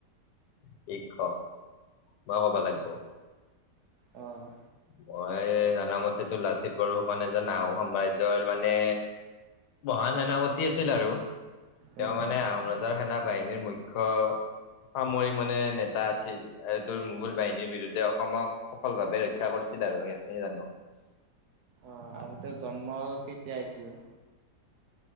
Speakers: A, on the left; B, on the right.
A: কি ক? মই কবা লাগব।
B: অহ।
A: মই জনা মতেতো লাচিত বৰফুকন এজন আহোম সাম্ৰাজ্যৰ মানে মহান সেনাপতি আছিল আৰু। তেওঁ
B: উম
A: মানে আহোম ৰজাৰ সেনা বাহিনীৰ মুখ্য সামৰিক মানে নেত টা আছিল এ তোৰ মোগল
B: অ।
A: বাহিনীৰ বিৰুদ্ধে অসমক সফল ভাৱে ৰক্ষ ৰক্ষা কৰিছিল আৰু সেইখিনিয়ে জানো।
B: অ', আৰু তেওঁৰ জন্ম কেতিয়া হৈছিল?